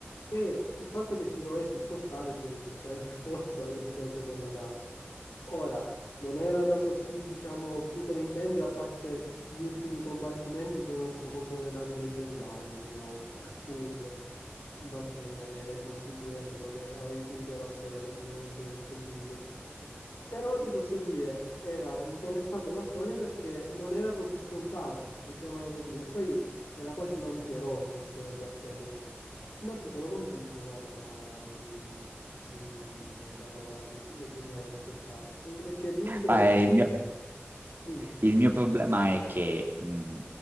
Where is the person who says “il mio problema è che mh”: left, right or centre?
Right